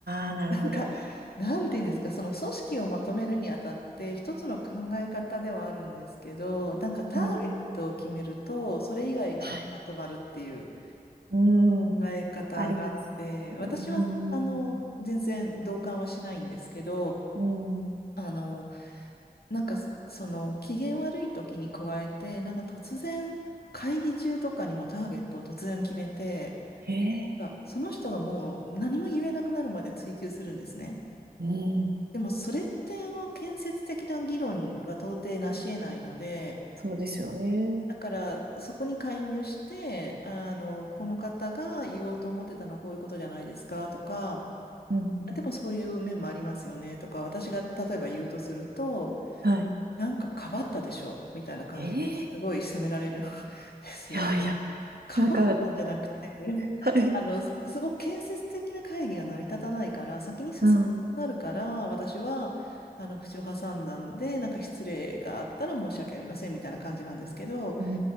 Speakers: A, on the right; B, on the left.
A: ああ、なるほど。
B: なんか、なんて言うんですか、その組織をまとめるにあたって、一つの考え方ではあるんですけど、なんかターゲットを決めると、
A: うん。
B: それ以外がまとまるっていう
A: はい。うーん。
B: 考え方があって、
A: あります。うーん。
B: 私は、あの、全然同感はしないんですけど、
A: うん。
B: あの、なんか、その、機嫌悪い時に加えて、なんか突然、会議中とかにもターゲットを突然決めて、
A: ええ。
B: が、その人がもう何も言えなくなるまで追求するんですね。
A: うん。
B: でもそれってあの建設的な議論は到底なし得ないので、
A: そうですよね。
B: だからそこに介入して、あの、この方が言おうと思ってたのはこういうことじゃないですかとか、
A: うん。
B: でもそういう面もありますよねとか、私が例えば言うとすると、
A: はい。
B: なんかかばったでしょみたいな感じですごい責められるん
A: ええ。
B: <laughs> ですよね。
A: いやいや、
B: かばったんじゃなくて、
A: なんか <laughs> はい。
B: あの、すすごく建設的な会議が成り立たないから、先に進まなくなるから、
A: うん。
B: 私は、あの、口を挟んだんで、なんか失礼があったら申し訳ありません、みたいな感じなんですけど、
A: うー